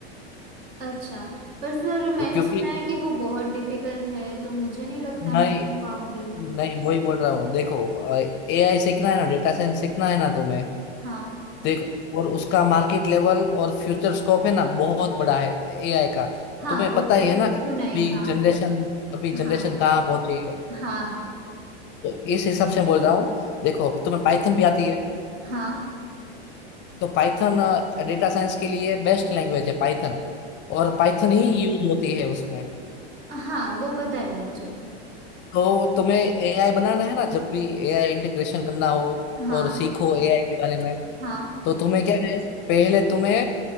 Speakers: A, on the right (about 60°); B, on the left (about 35°).
A: अच्छा पर सर मैंने
B: तो क्योंकि
A: सुना है कि वो बहुत डिफिकल्ट है तो मुझे नहीं लगता
B: नहीं
A: मैं कर पाऊंगी
B: नहीं वही बोल रहा हूँ देखो एआई सीखना है ना डेटा साइंस सीखना है ना तुम्हें
A: हाँ
B: देख और उसका मार्केट लेवल और फ्यूचर स्कोप है ना बहुत बड़ा है एआई का
A: हाँ
B: तुम्हें
A: वो
B: पता
A: तो
B: ही है ना कि
A: सुना है
B: अभी
A: हाँ
B: जनरेशन अभी जनरेशन
A: हाँ
B: कहाँ पहुंची है
A: हाँ हाँ
B: तो इस हिसाब से बोल रहा हूँ देखो तुम्हें पाइथन भी आती है
A: हाँ
B: तो पाइथन डेटा साइंस के लिए बेस्ट लैंग्वेज है पाइथन और पाइथन ही यूज होती है उसमें
A: हाँ हाँ वो पता है मुझे
B: तो तुम्हें एआई बनाना है ना जब भी एआई इंटीग्रेशन करना हो
A: हाँ
B: और सीखो एआई के बारे में
A: हाँ
B: तो तुम्हें क्या है पहले तुम्हें